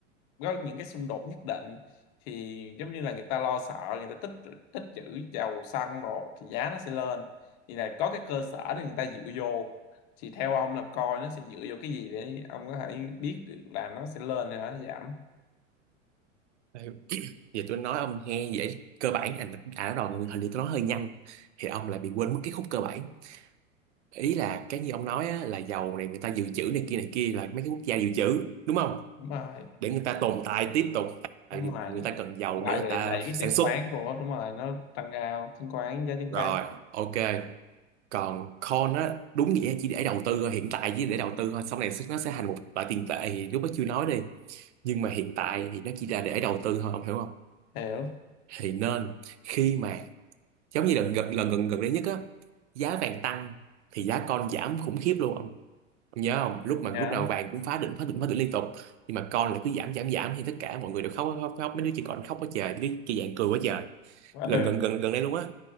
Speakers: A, on the left; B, on the right.
A: có những cái xung đột nhất định thì giống như là người ta lo sợ người ta tích tích trữ dầu xăng rồi thì giá nó sẽ lên thì là có cái cơ sở để người ta dựa vô thì theo ông là coi nó sẽ dựa vô cái gì để ông có thể biết được là nó sẽ lên hay là nó giảm
B: Đây, giờ tôi nói ông nghe vậy cơ bản anh à nó đòn hình như tôi nói hơi nhanh thì ông lại bị quên mất cái khúc cơ bản ý là cái như ông nói á, là dầu này người ta dự trữ này kia này kia là mấy cái quốc gia dự trữ đúng không
A: đúng rồi
B: để người ta tồn tại tiếp tục
A: đúng
B: tại vì
A: rồi
B: người ta cần dầu
A: lại
B: để người
A: để
B: ta
A: đẩy cái
B: sản
A: chứng
B: xuất
A: khoán của đúng rồi nó tăng cao chứng khoán giá chứng
B: rồi
A: khoán
B: ok còn coin á đúng nghĩa chỉ để đầu tư thôi hiện tại chỉ để đầu tư thôi sau này nó sẽ thành một loại tiền tệ thì lúc đó chưa nói đi nhưng mà hiện tại thì nó chỉ là để đầu tư thôi ông hiểu không
A: hiểu
B: thì nên khi mà giống như lần gần lần gần gần đây nhất á giá vàng tăng thì giá con giảm khủng khiếp luôn ông, ông nhớ không lúc mà
A: nhá
B: lúc nào vàng cũng phá đỉnh phá đỉnh phá đỉnh liên tục nhưng mà con là cứ giảm giảm giảm thì tất cả mọi người đều khóc khóc, khóc. mấy đứa chỉ còn khóc quá trời mấy đứa trẻ vàng cười quá trời
A: ừ
B: gần gần gần gần đây luôn á